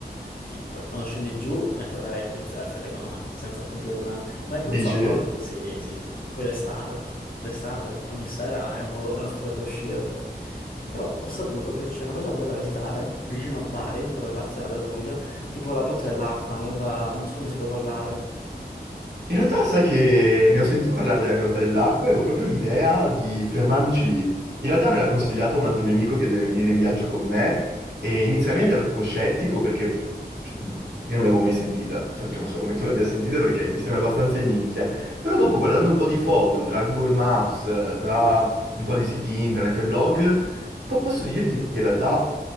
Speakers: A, on the left; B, on the right.
A: Sì, poi quando scendi giù ne troverei a bizzeffe, secondo me, senza alcun tipo di problema. Ma non
B: Dici?
A: so, al nord, sì, sì, sì, sì. Poi d'estate, d'estate, ogni sera è un modo, è una scusa per uscire. Però ho saputo che c'è una cosa bella da visitare, vicino a Bari, dove partirà dalla Puglia, tipo la Grotta dell'Acqua, una roba, non so se mi hai sentito parlare.
B: In realtà sai che
A: Sì?
B: ne ho sentito parlare della Grotta dell'Acqua e avevo proprio l'idea di fermarmici lì. In realtà me l'ha consigliato un altro mio amico che deve venire in viaggio con me e inizialmente
A: Ok,
B: ero tipo scettico perché cioè, io non l'avevo mai sentita, infatti non so come tu l'abbia sentita perché mi sembra abbastanza in nicchia. Però dopo guardando un po' di foto tra Google Maps, tra un po' di siti internet e blog, posso dirti che in realtà